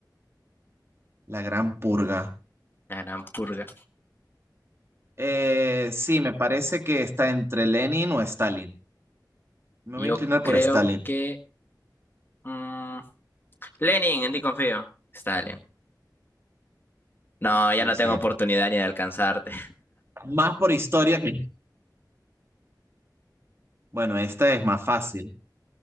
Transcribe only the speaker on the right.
<laughs> La gran purga.
Eh, sí, me parece que está entre Lenin o Stalin. Me
voy a inclinar
por Stalin.
Sí,
sí.
Más por historia que... Bueno, esta es más fácil.